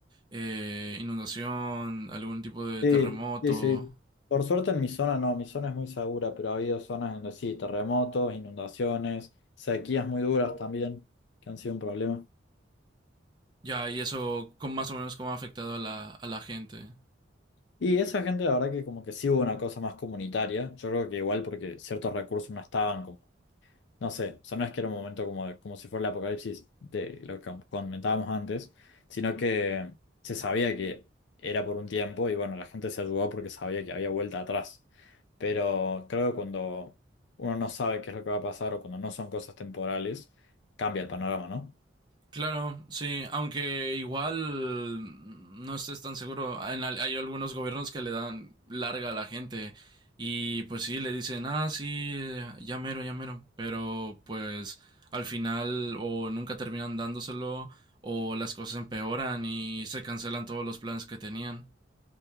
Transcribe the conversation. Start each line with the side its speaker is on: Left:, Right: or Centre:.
Right: eh, inundación, algún tipo de
Left: Sí,
Right: terremoto.
Left: sí, sí. Por suerte en mi zona no, mi zona es muy segura, pero ha habido zonas donde sí, terremotos, inundaciones, sequías muy duras también, que han sido un problema.
Right: Ya, y eso con más o menos cómo ha afectado a la, a la gente.
Left: Y esa gente, la verdad que como que sí hubo una cosa más comunitaria, yo creo que igual porque ciertos recursos no estaban como No sé, o sea, no es que era un momento como, de- como si fuera el apocalipsis de lo que comentábamos antes, sino que se sabía que era por un tiempo y bueno, la gente se ayudó porque sabía que había vuelta atrás. Pero creo que cuando uno no sabe qué es lo que va a pasar o cuando no son cosas temporales, cambia el panorama, ¿no?
Right: Claro, sí, aunque igual no estés tan seguro. En al- hay algunos gobiernos que le dan larga a la gente y pues sí, le dicen, ah, sí, eh, ya mero, ya mero, pero pues al final o nunca terminan dándoselo o las cosas empeoran y se cancelan todos los planes que tenían.